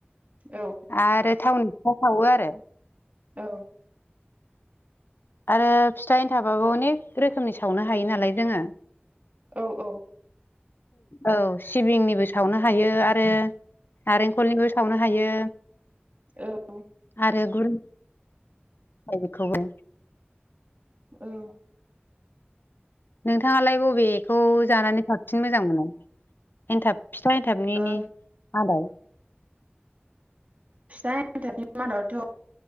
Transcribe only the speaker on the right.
औ
औ
औ औ
औ
औ
औ
फिथाइनथाबनि मादावथ'